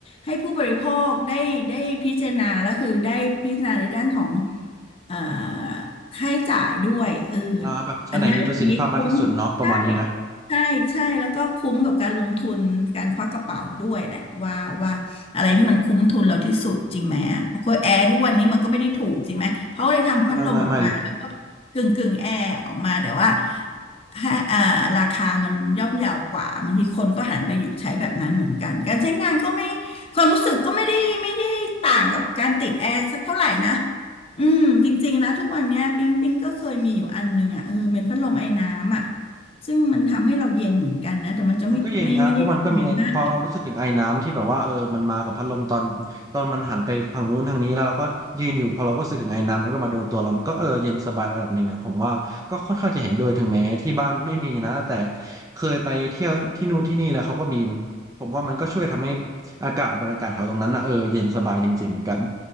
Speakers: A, on the left; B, on the right.
A: ให้ผู้บริโภคได้ได้พิจารณาแล้วคือได้พิจารณาในด้านของเอ่อค่าใช้จ่ายด้วยเออ
B: อ่าแบบอันไหนมีประสิทธิภาพมากที่สุดเนาะประมาณนี้ไหม
A: อันนั้นอันนี้คุ้มได้ ใช่ใช่แล้วก็คุ้มกับการลงทุนการควักกระเป๋าด้วยแหละว่าว่าอะไรที่มันคุ้มทุนเราที่สุดจริงไหมอ่ะโอ้โหแอร์ทุกวันนี้มันก็ไม่ได้ถูกจริงไหมเขาเลยทำพัดลมออกมาแล้วก็กึ่งกึ่งแอร์ออกมาแต่ว่า
B: ไม่ไม่ไม่่เลย
A: ค่าอ่าราคามันย่อมเยาวกว่าบางทีคนก็หันไปอยู่ใช้แบบนั้นเหมือนกันการใช้งานก็ไม่ความรู้สึกก็ไม่ได้ไม่ได้ต่างกับการติดแอร์สักเท่าไหร่นะอืมจริงๆแล้วทุกวันเนี้ยปิงปิงก็เคยมีอยู่อันหนึ่งอ่ะเออเป็นพัดลมไอน้ำอ่ะ ซึ่งมันทำให้เราเย็นเหมือนกันนะแต่มันจะไม่ไม่ไม่ได้เย็นมาก
B: มันก็เย็นนะเพราะมันก็มีพอเรารู้สึกถึงไอน้ำที่แบบว่าเออมันมากับพัดลมตอนตอนมันหันไปฝั่งนู้นทางนี้แล้วเราก็ยืนอยู่พอเราก็รู้สึกถึงไอน้ำมันก็มาโดนตัวเรามันก็เออเย็นสบายระดับหนึ่งเนี่ยผมว่าก็ค่อนข้างจะเห็นด้วยถึงแม้ที่บ้านไม่มีนะแต่เคยไปเที่ยวที่นู่นที่นี่แล้วเขาก็มีมันผมว่ามันก็ช่วยทำให้อากาศบรรยากาศแถวตรงนั้นนะเออเย็นสบายจริงๆเหมือนกัน